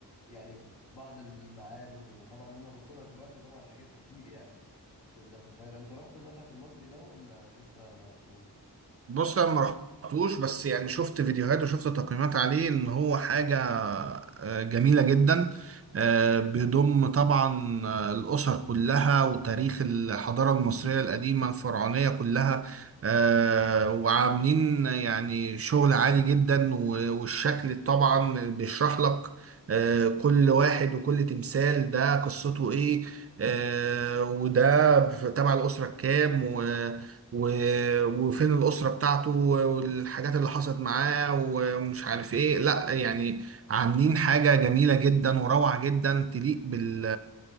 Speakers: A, on the left; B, on the right.
A: يعني ب- بعض المعالم وطبعا هم ضافوا لها دلوقتي طبعا حاجات كتير يعني في ال- في الخير انت رحت المتحف المصري ده ولا لسه ما رحتوش
B: بص انا ما رحتوش بس يعني شفت فيديوهات وشفت تقييمات عليه ان هو حاجه آه، جميله جدا آه، بيضم طبعا آه، الاسر كلها وتاريخ الحضاره المصريه القديمه الفرعونيه كلها آه، وعاملين يعني شغل عالي جدا و- والشكل طبعا بيشرح لك آه، كل واحد وكل تمثال ده قصته ايه آه، وده تبع الاسره كام و- وفين الأسرة بتاعته والحاجات اللي حصلت معاه ومش عارف ايه لا يعني عاملين حاجة جميلة جدا وروعة جدا تليق بال